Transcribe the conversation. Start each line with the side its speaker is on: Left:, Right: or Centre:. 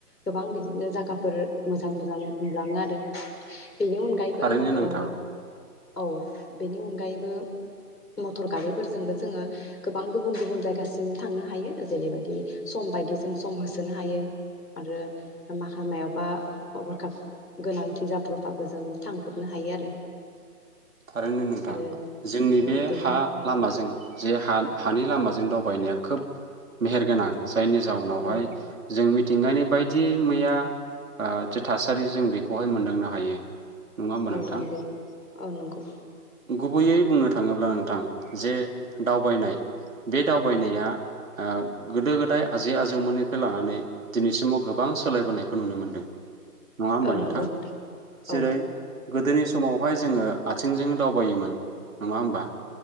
Left: गोबां बिदिनो जागाफोर मोजां मोजां नुलाङो आरो बेनि अनगायैबो
Right: थारैनो नोंथां
Left: ओ औ बेनि अनगायैबो मटर गारि फोरजोंनो जोङो गोबां गुबुन गुबुन जायगासिम थांनो हायो जेरैबायदि सम बायदि जों सम होसोनो हायो आरो माखा मायावबा हरखाब गोनांथि जाब्र'बाबो जों थांब्रबनो हायो आरो
Right: थारैनो नोंथां
Left: आरो
Right: जोंनि
Left: औ
Right: बे
Left: बेनि
Right: हा
Left: अनगायै
Right: लामाजों जे हा-हानि लामाजों दावबायनाया खोब मेहेरगोनां जायनि जाउनावहाय
Left: औ
Right: जों मि थिंगायानि बायदि मैया ओ जे थासारि जों बेखौहाय मोनदांनो हायो नङा होमबा
Left: औ
Right: नोंथां
Left: नंगौ औ नंगौ
Right: बैयै बुंनो थाङोब्ला नोंथां जे दावबायनाय बे दावबायनाया ओ गोदो गोदाय आजै आजौमोननिफ्राय लानानै दिनैसिमाव गोबां सोलायबोनायखौ नुनो मोन्दों नङा होमबा
Left: औ
Right: नोंथां
Left: नंगौ
Right: जेरै
Left: औ
Right: गोदोनि स मावहाय जोङो आथिंजों दावबायोमोन नङा होमबा